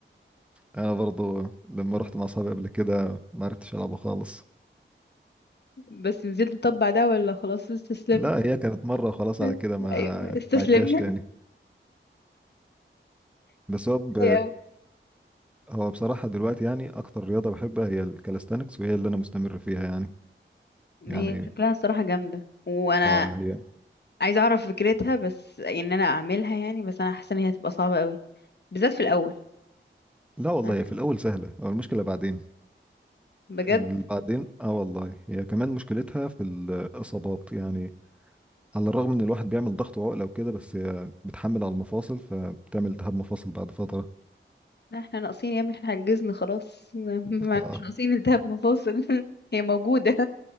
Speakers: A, in the centre; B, on the left.
A: انا برضو لما رحت مع اصحابي قبل كده ما عرفتش العبه خالص
B: <laughs> بس نزلت طبع ده ولا خلاص استسلمت
A: لا هي كانت مره وخلاص
B: <laughs>
A: على كده ما
B: ايوه استسلمنا
A: ما عدتهاش تاني بس هو ب...
B: ايوه
A: هو بصراحه دلوقتي يعني اكتر رياضه بحبها هي الكاليستانكس وهي اللي انا مستمر فيها يعني
B: ما
A: يعني
B: هي شكلها الصراحة جامدة وانا
A: اه هي
B: عايزة اعرف فكرتها بس يعني ان انا اعملها يعني بس انا حاسة ان هي هتبقى صعبة قوي بالذات في الاول
A: لا والله
B: يعني
A: هي في الاول سهله هو المشكله بعدين
B: بجد
A: ال- بعدين اه والله هي كمان مشكلتها في الاصابات يعني على الرغم ان الواحد بيعمل ضغط وعقله وكده بس هي بتحمل على المفاصل فبتعمل التهاب مفاصل بعد فتره
B: احنا ناقصين يا ابني احنا عجزنا خلاص <laughs> ما-
A: آه،
B: مش ناقصين التهاب مفاصل <laughs> هي موجودة